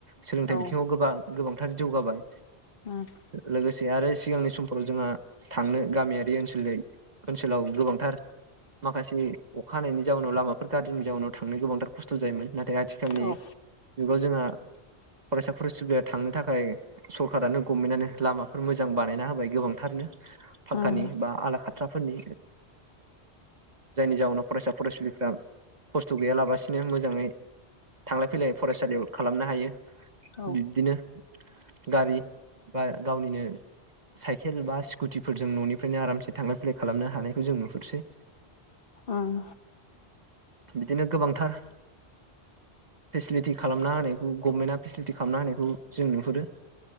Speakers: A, on the right (about 40°); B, on the left (about 55°).
A: सोलोंथाइ
B: औ
A: बिथिङाव
B: उम
A: गोबां गोबांथार जौगाबाय
B: औ
A: लोगोसे आरो सिगांनि समफोराव जोंहा थांनो गामियारि ओनसोल ओनसोलाव गोबांथार माखासे अखा हानायनि जाउनाव लामाफोर गाज्रिनि जाउनाव थांनो गोबांथार खस्थ' जायोमोन नाथाय आथिखालनि
B: औ
A: जुगाव जोंहा फरायसा फरायसुलिया थांनो थाखा ओमफ्राय सरखारारानो गभमेन्टनो लामाफोर मोजां बानायना होबाय गोबांथारनो फाखक्कानि
B: उम
A: बा आला खाथ्राफोरनि जायनि जाउनाव फरायसा फरायसुलिफ्रा खस्थ' गैयालाबसिनो मोजाङै थांलाय फैलाय फरायसालियाव खालामनो हायो
B: औ उम औ
A: बिब्दिनो गारि बा गावनिनो साइकेल बा स्कुटिफोरजों न'निफ्रायनो आरामसे थांलाय फैलाय खालामनो हानायखौ जों नुहुरसै
B: ओम
A: बिदिनो गोबांथार फेसिलिटि खालामना होनायखौ गभमेन्टआ फेसिलिटि खालामना होनायखौ जों नुहुरो